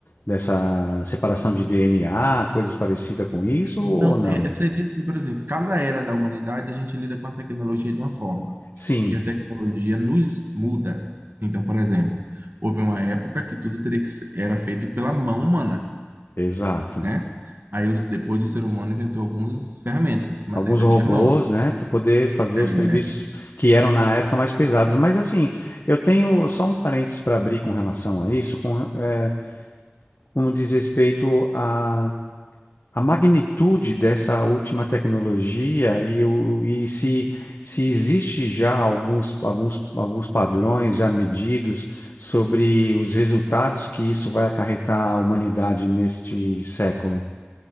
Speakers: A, on the left; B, on the right.
A: dessa separação de DNA, coisas parecidas com isso ou
B: Não,
A: não?
B: é, é- seria assim, por exemplo, cada era da humanidade a gente lida com a tecnologia de uma forma,
A: Sim,
B: e a tecnologia nos muda. Então, por exemplo, houve uma época que tudo teria que ser, era feito pela mão humana,
A: exato.
B: né? Aí, os- depois o ser humano inventou algumas ferramentas, mas
A: Alguns
B: ainda
A: robôs,
B: tinha mão.
A: né, para poder fazer
B: É,
A: os serviços que eram na época mais pesados. Mas assim, eu tenho só um parênteses para abrir com relação a isso, com, eh, como diz respeito a a magnitude dessa última tecnologia e, o, e se, se existe já alguns, alguns, alguns padrões já medidos sobre os resultados que isso vai acarretar à humanidade neste século,